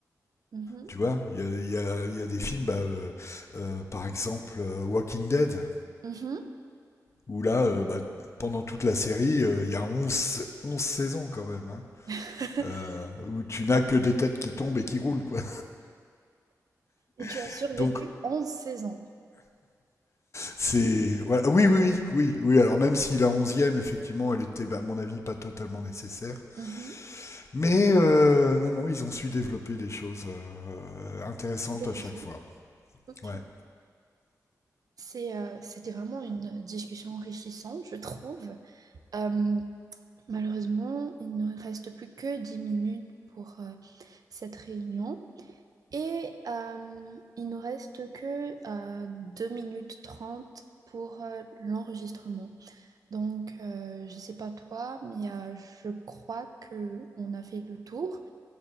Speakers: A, on the right; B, on the left.
A: Mhm,
B: tu vois, il y a, il y a- y a des films, bah, euh, euh, par exemple euh, Walking Dead,
A: mhm.
B: où là, euh, bah, pendant toute la série, euh, il euh, y a 11, 11 saisons quand même. hein.
A: <laughs>
B: euh, où tu n'as que des têtes qui tombent et qui roulent quoi.
A: Et tu as
B: <laughs>
A: survécu
B: Donc
A: onze seize ans.
B: c'est voilà. oui oui oui oui alors même si la onzième effectivement elle était bah, à mon avis pas totalement nécessaire
A: Mhm,
B: mais euh, non non ils ont su développer des choses euh, intéressantes
A: intéressant.
B: à chaque fois
A: Ok.
B: ouais
A: C'est, euh, c'était vraiment une discussion enrichissante, je trouve. Euh, malheureusement, il ne reste plus que 10 minutes pour euh, cette réunion. Et euh, il nous reste que euh, 2 minutes 30 pour euh, l'enregistrement. Donc, euh, je ne sais pas toi, mais euh, je crois que on a fait le tour.